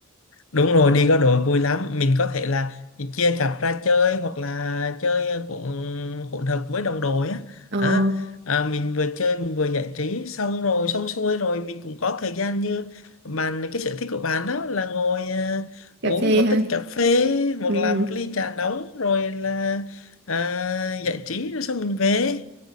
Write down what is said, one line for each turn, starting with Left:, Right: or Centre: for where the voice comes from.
Left: Đúng rồi, đi có đội vui lắm. Mình có thể là chia cặp ra chơi hoặc là chơi cũng hỗn hợp với đồng đội á.
Right: ờ
Left: Á, À, mình vừa chơi mình vừa giải trí xong rồi xong xuôi rồi mình cũng có thời gian như bạn cái sở thích của bạn đó là ngồi à,
Right: cà
Left: uống
Right: phê
Left: một
Right: ha
Left: tách cà phê hoặc
Right: ừ
Left: là
Right: ừ.
Left: một ly trà nóng rồi là à, giải trí rồi xong mình về.